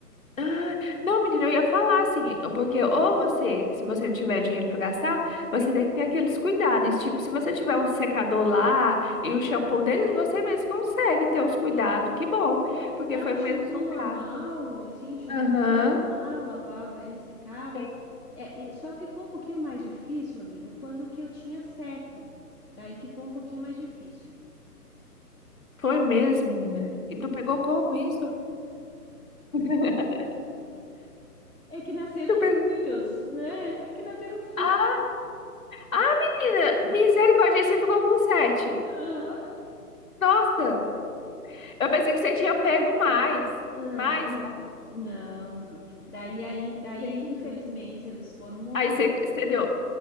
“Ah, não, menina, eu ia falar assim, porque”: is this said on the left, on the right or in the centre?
Left